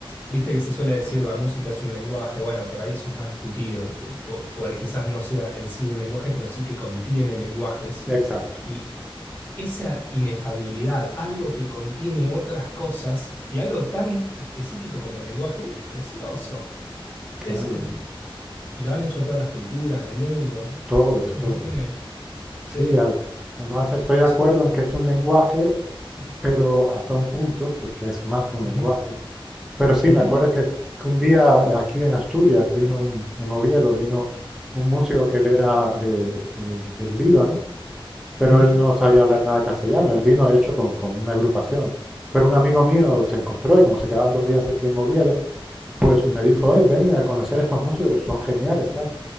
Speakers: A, on the left; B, in the centre.
A: viste que se suele decir la música es un lenguaje. Bueno, por ahí eso es más discutido, de- po- por, quizás no sea en sí un lenguaje, pero sí que contiene lenguajes.
B: Exacto,
A: y esa inefabilidad, algo que contiene otras cosas y algo tan específico como el lenguaje, es precioso.
B: claro,
A: Es, es-
B: es-
A: y lo han hecho todas las culturas del mundo.
B: todas,
A: Algo
B: todas.
A: que no tiene.
B: Sí,
A: Sí.
B: a- además estoy de
A: sí,
B: acuerdo en que es un lenguaje, pero hasta un punto, porque es más que un
A: ujú,
B: lenguaje. Pero sí,
A: ujú,
B: me acuerdo que, que un día eh, aquí en Asturias vino un, en Oviedo, vino un músico que él era de- de- del Líbano, pero
A: ujú,
B: él no sabía hablar nada de castellano. Él vino, de hecho, con, con una agrupación. Pero un amigo mío se encontró y como se quedaban dos días aquí en Oviedo, pues me dijo, "Eh, ven a conocer estos músicos que son geniales, tal.